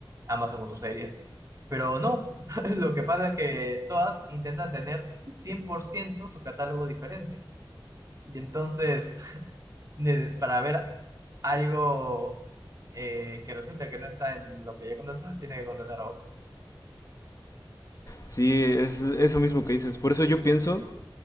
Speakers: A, on the right; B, on the left.
A: Amazon con sus series. Pero no, <laughs> lo que pasa es que todas intentan tener 100% su catálogo diferente. Y entonces, <laughs> ne- para ver algo eh, que resulta que no está en lo que ya contrataste, tiene que contratar a otro.
B: Sí, es eso mismo que dices. Por eso yo pienso